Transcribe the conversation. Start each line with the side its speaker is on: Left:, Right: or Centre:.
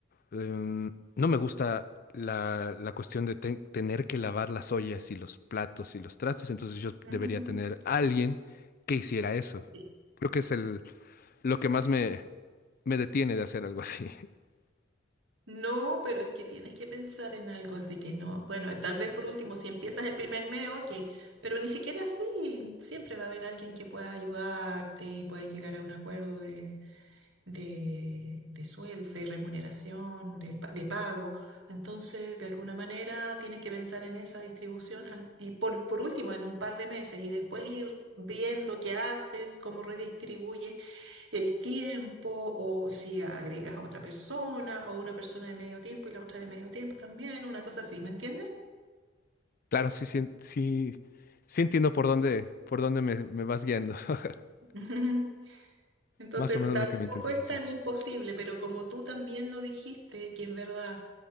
Left: em, no me gusta la, la cuestión de ten- tener que lavar las ollas y los platos y los trastes, entonces yo
Right: <laughs>
Left: debería tener a alguien que hiciera eso.
Right: Sí.
Left: Creo que es el, lo que más me, me detiene de hacer algo así. <laughs>
Right: No, pero es que tienes que pensar en algo, así que no. Bueno, eh, tal vez por último, si empiezas el primer mes, ok, pero ni siquiera así, siempre va a haber alguien que pueda ayudarte y puedes llegar a un acuerdo de de, de sueldo, de remuneración, del pa- de, pago. Entonces, de alguna manera, tienes que pensar en esa distribución al- y por, por último, en un par de meses y después ir viendo qué haces, cómo redistribuyes el tiempo o si agregas a otra persona o una persona de medio tiempo y la otra de medio tiempo también, una cosa así, ¿me entiendes?
Left: Claro, sí, sí, sí, sí entiendo por dónde, por dónde me, me vas guiando. <laughs>
Right: <laughs> Entonces
Left: Más o menos
Right: tampoco
Left: lo que me intentas
Right: es
Left: decir.
Right: tan imposible, pero como tú también lo dijiste, que en verdad,